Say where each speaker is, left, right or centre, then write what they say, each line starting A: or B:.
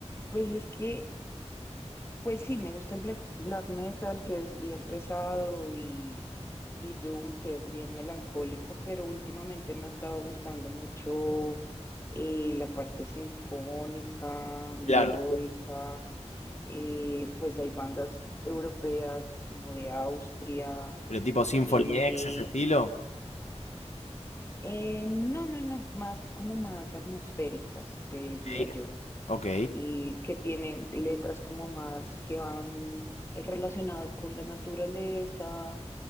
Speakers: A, on the left (about 20°); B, on the left (about 75°).
A: Pues es que, pues sí, me gusta el black, black metal, que es bien pesado, y, y Doom, que es bien melancólico, pero últimamente me ha estado gustando mucho eh, la parte sinfónica, melódica.
B: Claro.
A: eh, pues hay bandas europeas como de Austria,
B: ¿Pero tipo Symphony
A: eh,
B: X, ese estilo?
A: eh, no, no, no, más como más atmosféricas, creería
B: Sí.
A: yo,
B: Ok.
A: y que tienen letras como más que van relacionadas con la naturaleza,